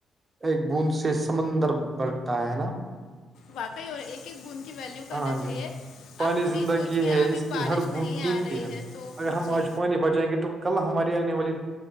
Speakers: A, on the right; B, on the left.
A: ایک بند سے سمندر بڑھتا ہے نا
B: واقعی اور ایک ایک بن کی ویلو کرنا
A: ہاں
B: چاہیے
A: جی پانی
B: آپ خود
A: زندگی
B: ہی سوچیے
A: ہے
B: ابھی
A: اس کی
B: بارش
A: ہر
B: نہیں
A: ب قیمتی
B: آ رہی
A: ہے
B: تو
A: اگر ہم
B: جی
A: آج پانی بچائیں گے تو کل ہماراری آنے والے